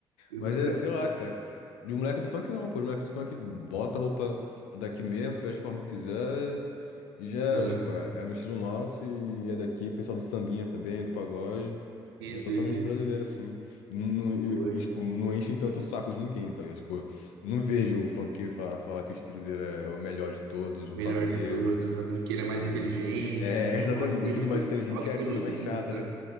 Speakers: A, on the right; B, on the left.
A: <laughs>
B: Mas é, sei lá, cara. De um moleque do funk não, pô. Os moleques do funk bota a roupa daqui mesmo, se veste forma que quiser, e já era,
A: Exato.
B: tipo, é, é um estilo nosso e é daqui, pessoal do sambinha também, do pagode.
A: Isso,
B: E é totalmente
A: isso, isso.
B: brasileiro, assim. E, não- e-
A: Boa.
B: e, tipo, não enchem tanto o saco de ninguém, tá ligado? Tipo, não vejo o funkeiro falar, falar que o estilo dele é o melhor de todos, o
A: Melhor
B: pagodeiro,
A: de todos, exatamente. Que ele é mais
B: o...
A: inteligente.
B: o sam- É,
A: que
B: <laughs> exatamente.
A: O rock tem
B: Esse
A: muito,
B: do mais inteligente
A: o rock
B: é
A: tem
B: a coisa
A: muito
B: mais
A: disso,
B: chata,
A: né?
B: né?